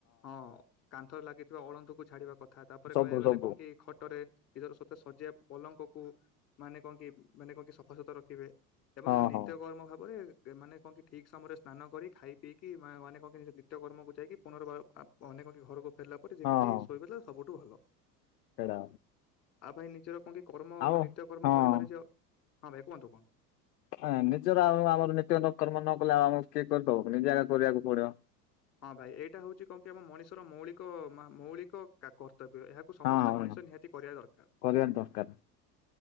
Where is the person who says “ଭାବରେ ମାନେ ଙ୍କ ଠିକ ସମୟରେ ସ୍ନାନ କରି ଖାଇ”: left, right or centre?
Left